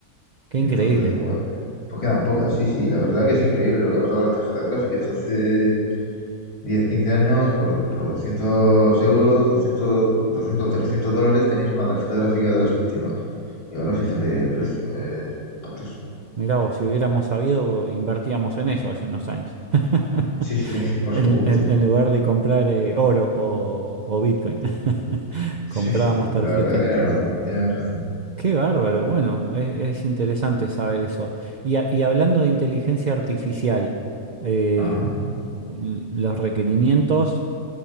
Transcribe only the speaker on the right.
qué
increíble.
Mirá vos, si hubiéramos sabido, invertíamos en eso hace unos años. <laughs>
En,
en- en lugar de comprar eh, oro o, o Bitcoin, <laughs>
comprábamos
tarjetas.
Qué bárbaro. Bueno, es, es interesante saber eso. Y, a- y hablando de inteligencia artificial, eh,
l- los requerimientos,